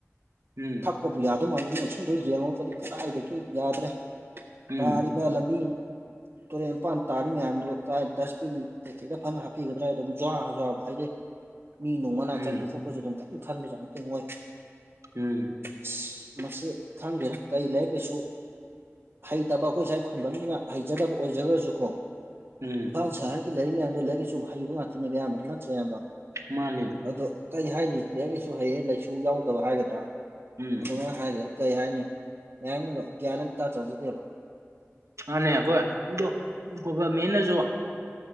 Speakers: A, on the right (about 70°); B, on the right (about 50°).
A: ꯎꯝ
B: ꯊꯛꯄꯕꯨ ꯌꯥꯗꯧ ꯃꯥꯜꯂꯤ ꯅꯣꯏ ꯑꯁꯤꯡꯗꯣ ꯌꯦꯡꯉꯨꯔꯒꯗꯤ ꯀꯗꯥꯏꯗꯒꯤ ꯌꯥꯗ꯭ꯔꯦ
A: ꯎꯝ
B: ꯇꯥꯔꯤꯕ ꯂꯝꯕꯤ ꯇꯨꯔꯦꯟ ꯃꯄꯥꯟ ꯇꯥꯔꯤ ꯃꯌꯥꯝꯗꯨ ꯀꯥꯏ ꯗꯁꯕꯤꯟ ꯀꯩ ꯀꯩꯗ ꯐꯅ ꯍꯥꯞꯄꯤꯒꯗ꯭ꯔꯥ ꯑꯗꯨꯝ ꯖꯋꯥ ꯖꯋꯥꯕꯨ ꯍꯩꯗꯩ
A: <inaudible>
B: ꯃꯤ ꯅꯨꯡ ꯃꯅꯥꯛ
A: ꯎꯝ
B: ꯆꯠꯄ ꯈꯣꯠꯄꯁꯨ ꯑꯗꯨꯝ ꯀꯔꯤꯝ ꯈꯟꯕ ꯖꯥꯠ ꯅꯠꯇꯦ ꯃꯣꯢ
A: ꯎꯝ
B: ꯑꯁ ꯃꯁꯤ ꯈꯪꯗꯦꯅ ꯀꯩ ꯂꯥꯏꯔꯤꯛ ꯂꯥꯢꯁꯨ ꯍꯩꯇꯕ ꯑꯩꯈꯣꯏ ꯁ꯭ꯋꯥꯏ ꯈꯨꯡꯒꯪꯁꯤꯅ ꯍꯩꯖꯗꯕ ꯑꯣꯏꯖꯈ꯭ꯔꯁꯨꯀꯣ
A: ꯎꯝ
B: ꯏꯝꯐꯥꯜ ꯁꯥꯍꯔ ꯒꯤ ꯂꯩꯔꯤ ꯃꯌꯥꯝꯗꯣ ꯂꯥꯏꯔꯤꯛ ꯂꯥꯢꯁꯨꯨ ꯍꯩꯕ ꯉꯥꯛꯇꯅꯦꯕ ꯑꯌꯥꯝꯕꯅ ꯅꯠꯇ꯭ꯔꯥ ꯢꯌꯥꯝꯕ
A: ꯃꯥꯅꯦ
B: ꯑꯗꯣ ꯀꯔꯤ ꯍꯥꯏꯅꯤ ꯂꯥꯏꯔꯤꯛ ꯂꯥꯏꯁꯨ ꯍꯩꯌꯦ ꯂꯥꯏꯁꯨ ꯌꯥꯎꯗꯕ ꯍꯥꯏꯒꯗ꯭ꯔꯥ
A: ꯎꯝ
B: ꯑꯗꯨꯃꯥꯏꯅ ꯍꯥꯏꯒꯗ꯭ꯔꯥ ꯀꯩ ꯍꯥꯏꯅꯤ ꯃꯌꯥꯝꯒꯗꯣ ꯒ꯭ꯌꯥꯟ ꯑꯃ ꯏꯇꯥ ꯇꯥꯖꯗꯦꯕ
A: ꯃꯥꯅꯦ ꯑꯩꯈꯣꯏ ꯑꯗ‌ꯣ ꯒꯣꯚꯔ꯭ꯟꯃꯦꯟ꯭ꯇꯅꯁꯨ